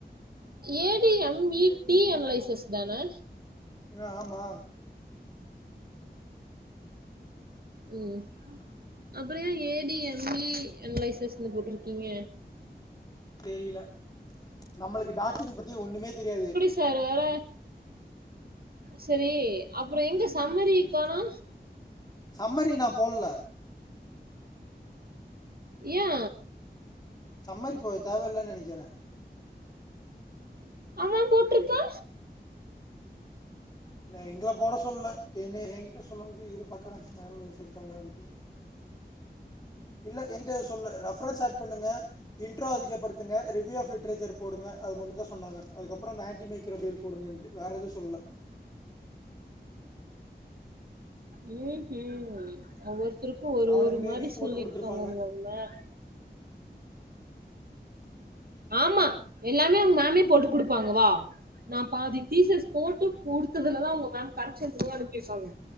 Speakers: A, on the right; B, on the left.
A: A D M E T analysis தான
B: அ ஆமா
A: ம் அப்பறோ ஏ ஏ டி எம் இ அன்லைசஸ்னு போட்ருக்கீங்க
B: தெரியில நம்மளுக்கு டாக்கிங் பத்தி ஒன்னுமே தெரியாது
A: டாரு வேற செரி அப்பறோ எங்க சம்மரி காணோ
B: சம்மரி நா போட்ல
A: யா
B: சம்மரி இப்போ தேவல்லன் நெனைக்கற
A: அவ போட்ருக்கா
B: இல்ல எங்கள போட சொல்ல என்ன எங்கிட்ட சொல்லும் போது இரு பாக்கறே மேம் பேசிருக்காங்களான்ட்டு இல்ல எங்கிட்ட எது சொல்ல ரெஃப்ரென்ஸ் ஆட் பண்ணுங்க இன்ட்ரோ அதிகப்படுத்துங்க ரிவ்யூ ஆப் லிட்ரேச்சர் போடுங்க அது மட்டுந்தா சொன்னாங்க அதுக்கப்றோ அந்த ஆண்டி மைக்ரோ பில் போடுங்கன்ட்டு வேற எது சொல்ல
A: ம் ம் ஒவ்வொருத்தருக்கு ஒரு
B: அவனுக்கு
A: ஒரு
B: மேபி
A: மாரி
B: போட்டு
A: சொல்லிருக்காங்க
B: கொடுத்துருப்பாங்க
A: உங்க மேம் ஆமா எல்லாமே உங் மேமே போட்டு குடுப்பாங்க வா நா பாதி டீசஸ் போட்டு குடுத்ததுலதா உங்க மேம் கரெக்ஷன்க்கே அனுப்பிருக்காங்க